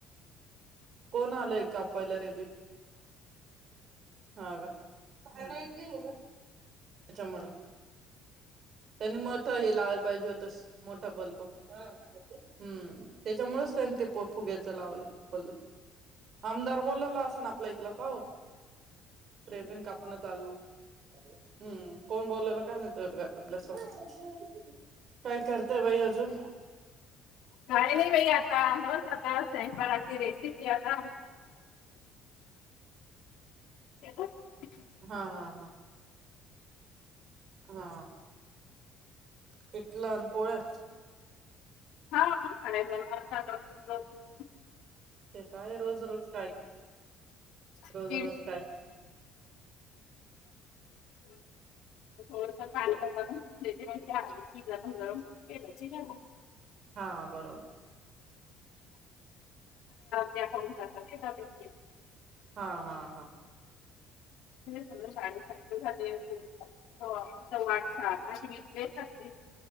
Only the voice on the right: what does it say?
कोण आलंय कापायला रेबीन. हा का काय माहीत. त्याच्यामुंळ त्यांनी मथ हे लावायला पाहिजे होतस मोठा बल्ब हम्म तेच्यामुळच त्यांनी ते फू फुग्यायच लावलं बल्ल आमदार बोलवला आसंन आपल्या इथला. ओ रेबिन कापण चालू. हम्म कोण बोलवल. काय माहीत उद्घाटनला समोर काय करतेय बाई अजून?
हा हा हा! हा! पिठल आण पोळ्या
ते त आहे होय रोज, रोज काय
रोज रोज काय
हा बरो
हा हा हा!